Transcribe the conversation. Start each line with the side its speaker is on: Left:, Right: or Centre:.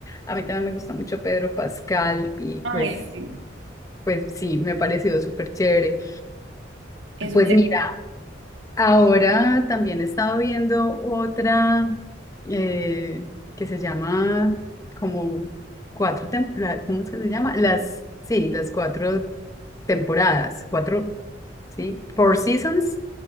Left: a mí también me gusta mucho Pedro Pascal y
Right: Ay,
Left: pues,
Right: sí,
Left: pues sí, me ha parecido súper chévere.
Right: es
Left: Pues
Right: un.
Left: mira. Ahora también he estado viendo otra eh, que se llama como cuatro temporadas, ¿cómo es que se llama? Las, sí, las cuatro temporadas, cuatro, sí, Four Seasons